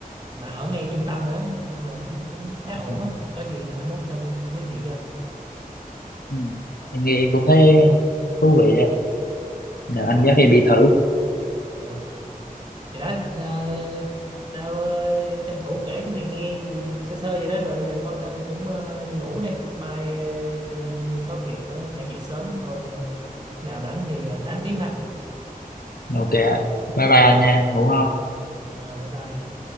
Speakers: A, on the right; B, on the left.
A: mà ở ngay trung tâm nữa nên là cũng cũng khá ổn
B: Ừ.
A: á có gì mai mốt tao giới thiệu cho
B: Ừ. em nghe em cũng thấy thú vị á Nào, anh
A: ừ.
B: dắt em đi thử
A: Ừ. thì đó ờ, tao ờ, tranh thủ kể cho mày nghe gì- sơ sơ vậy đó rồi giờ thôi tao cũng ờ, đi ngủ đây mai ờ, đi có việc nữa phải dậy sớm thôi ờ, nào rảnh thì ờ, tám tiếp ha
B: ok ạ. bye bye anh nha ngủ ngon
A: Rồi bye bye.